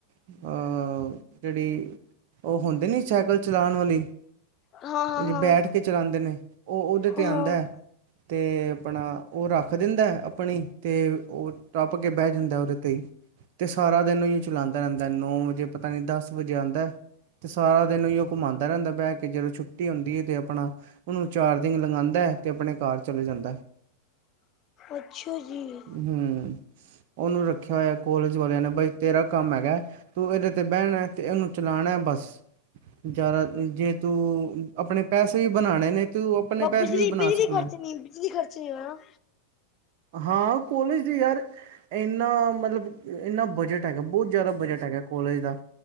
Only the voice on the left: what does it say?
ਹਾਂ-ਹਾਂ,
ਹਾਂ,
ਹਾਂ।
ਹਾਂ,
ਅੱਛਾ ਜੀ।
ਬਿਜਲੀ-ਬਿਜਲੀ
ਖਰਚਣੀ, ਬਿਜਲੀ ਖਰਚਣੀ ਵਾ